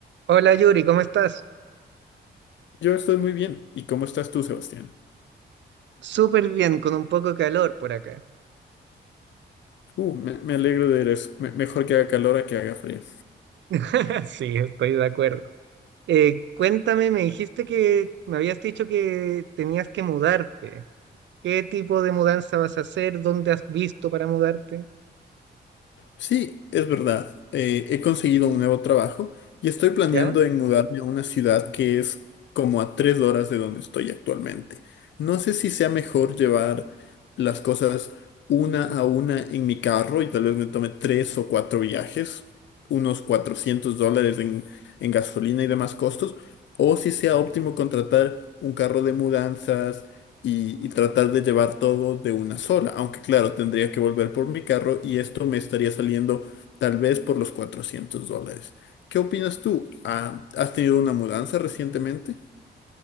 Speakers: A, on the right (about 80°); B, on the left (about 80°).
A: Hola Yuri, ¿cómo estás?
B: Yo estoy muy bien. ¿Y cómo estás tú, Sebastián?
A: Súper bien, con un poco de calor por acá.
B: Uh, me, me alegro de ver eso. Me- mejor que haga calor a que haga frío.
A: <laughs> Sí, estoy de acuerdo. Eh, cuéntame, me dijiste que me habías dicho que tenías que mudarte. ¿Qué tipo de mudanza vas a hacer? ¿Dónde has visto para mudarte?
B: Sí, es verdad. Eh, he conseguido un nuevo trabajo y estoy planeando
A: ¿Ya?
B: en mudarme a una ciudad que es como a tres horas de donde estoy actualmente. No sé si sea mejor llevar las cosas una a una en mi carro y tal vez me tome tres o cuatro viajes, unos 400 dólares en, en gasolina y demás costos, o si sea óptimo contratar un carro de mudanzas y, y tratar de llevar todo de una sola. Aunque claro, tendría que volver por mi carro y esto me estaría saliendo tal vez por los 400 dólares. ¿Qué opinas tú? Ah, ¿has tenido una mudanza recientemente?